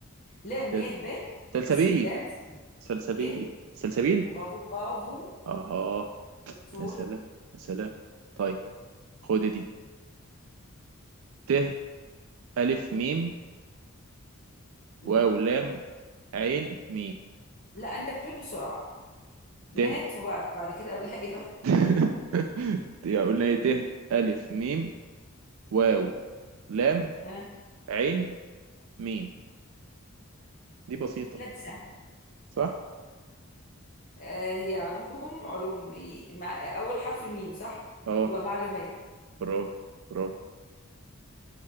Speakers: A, on the left; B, on the right.
A: لام
B: سل-
A: يه ب
B: سلسبيل
A: سين لام سين
B: سلسبيل
A: ايه
B: سلسبيل
A: برافو برافو
B: اها
A: شطور
B: يا سلام يا سلام طيب خد دي ت الف ميم
A: مم.
B: واو لام عين ميم
A: لا انت بتقول بسرعة مات
B: ت
A: وبعد كده قبلها ايه بقى
B: <laughs> يا قلنا ايه ت الف ميم واو لام
A: ها
B: عين ميم دي بسيطة
A: لا دي سهلة
B: صح
A: آه هي علوم علوم ي- مع اول حرف ميم صح
B: اه
A: يبقى معلومات
B: برافو برافو